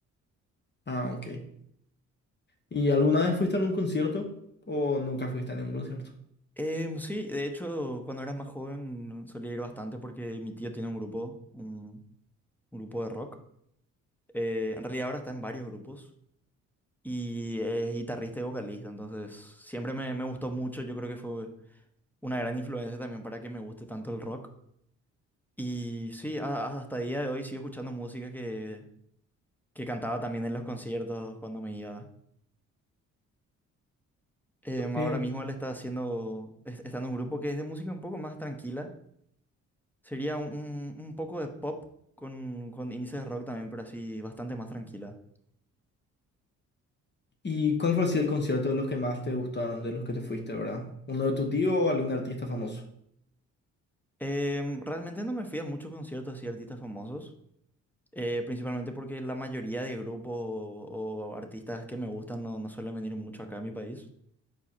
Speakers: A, on the left; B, in the centre.
A: Ah, ok. ¿Y alguna vez fuiste a algún concierto o nunca fuiste a ningún concierto?
B: Em, sí, de hecho, cuando era más joven solía ir bastante porque mi tío tiene un grupo, un, un grupo de rock. Eh, en realidad ahora está en varios grupos y es guitarrista y vocalista, entonces siempre me, me gustó mucho. Yo creo que fue una gran influencia también para que me guste tanto el rock. Y sí, a- a- hasta el día de hoy sigo escuchando música que, que cantaba también en los conciertos cuando me iba. Em,
A: Ok.
B: ahora mismo él está haciendo, es- está en un grupo que es de música un poco más tranquila. Sería un, un- un poco de pop con, con índices de rock también, pero así bastante más tranquila.
A: ¿Y cuál fue así el concierto de los que más te gustaron, de los que te fuiste, verdad? ¿Uno de tu tío o algún artista famoso?
B: Em, realmente no me fui a muchos conciertos así de artistas famosos, eh, principalmente porque la mayoría de grupos o, o artistas que me gustan no, no suelen venir mucho acá a mi país.